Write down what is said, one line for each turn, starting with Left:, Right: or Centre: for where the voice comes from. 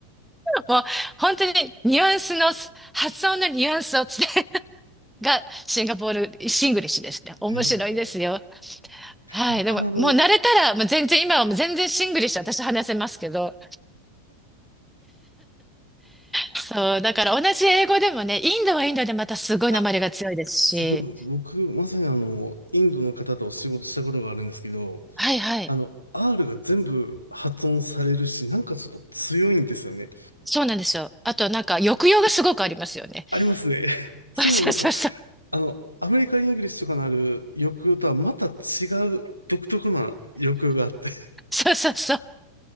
Centre: もう本当にニュアンスの、発音のニュアンスを伝えがシンガポール、シングリッシュですね。面白いですよ。
Left: え、
Centre: はい。
Left: 僕はあの、
Centre: でも、もう慣れたら、もう全然、今はもう全然シングリッシュ私話せますけど。そう。だから同じ英語でもね、インドはインドでまたすごい訛りが強いですし。
Left: あそうなんです。僕、まさにあの、インドの方とお仕事したことがあるんですけど、
Centre: はいはい。
Left: あの、R が全部発音されるし、なんかちょっと強いんですよね。
Centre: そうなんですよ。あとなんか抑揚がすごくありますよね。
Left: ありますね。<laughs>
Centre: <laughs>
Left: それもなんか、
Centre: そうそうそう。
Left: あの、アメリカン・イングリッシュとかのある抑揚とはまた違う独特な抑揚があって。
Centre: そうそうそう。